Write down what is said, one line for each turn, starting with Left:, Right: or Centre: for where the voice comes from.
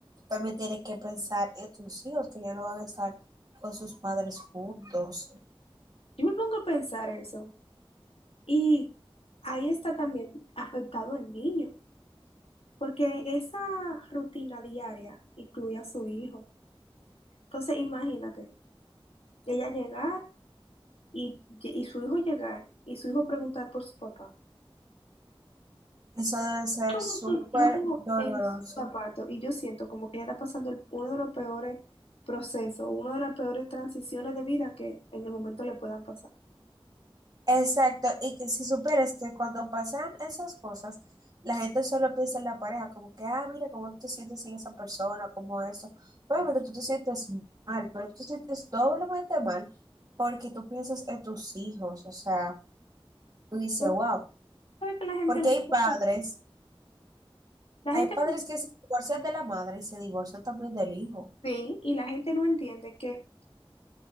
Right: también tienes que pensar en tus hijos, que ya no van a estar con sus padres juntos.
Left: Yo me pongo a pensar eso. Y ahí está también afectado el niño, porque esa rutina diaria incluye a su hijo. Entonces, imagínate, ella llegar y, y su hijo llegar y su hijo preguntar por su papá.
Right: Eso debe ser
Left: Yo me
Right: súper
Left: pongo yo me pongo
Right: doloroso.
Left: en su zapato y yo siento como que ella está pasando el- uno de los peores procesos, una de las peores transiciones de vida que en el momento le puedan pasar.
Right: Exacto, y que si supieras que cuando pasan esas cosas, la gente solo piensa en la pareja, como que, ah, mira, cómo tú te sientes sin esa persona, como eso. Obviamente tú te sientes mal, pero tú te sientes doblemente mal porque tú piensas en tus hijos, o sea, tú dices,
Left: Pero
Right: wow,
Left: tú sabes que la gente
Right: porque
Left: no entiende.
Right: hay padres,
Left: La gente
Right: hay padres
Left: no-
Right: que se divorcian de la madre y se divorcian también del hijo.
Left: sí, y la gente no entiende que